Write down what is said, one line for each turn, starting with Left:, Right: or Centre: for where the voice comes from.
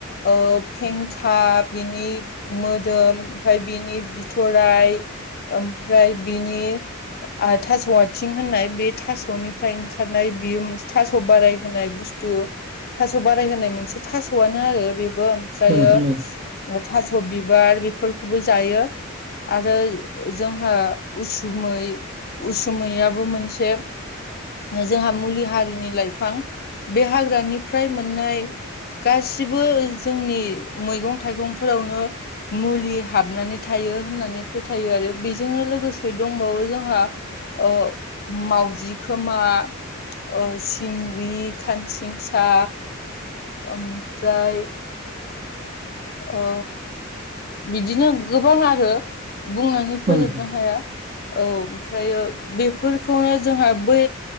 Left: ओ फेंखा बिनि मोदोम ओमफ्राय बिनि बिथराय ओमफ्राय बिनि आ थासआइथिं होन नाय बे थास'निफ्राय ओंखारनाय बेयो मोनसे थास' बाराय होनाय बुस्थु। थास' बाराय होनाय मोनसे थास'आनो आरो बेबो ओमफ्रायो
Right: औ नोंथां
Left: थास' बिबार बेफोरखौबो जायो। आरो जोंहा उसुमै उसुमैया बो मोनसे जोंहा मुलि हारिनि लाइफां बे हाग्रानि फ्राय मोननाय गासिबो जोंनि मैगं थाइगंफोरावनो मुलि हाबनानै थायो होननानै फोथायो आरो बेजोंनो लोगोसे दंबावो जोंहा ओ मावजि खोमा ओ सिंग्रि खानसिंसा ओमफ्राय ओ बिदिनो गोबां आरो। बुंनानै फोजोबनो
Right: औ नोंथां
Left: हाया औ। फ्रायो बेफोरखौनो जोंहा बै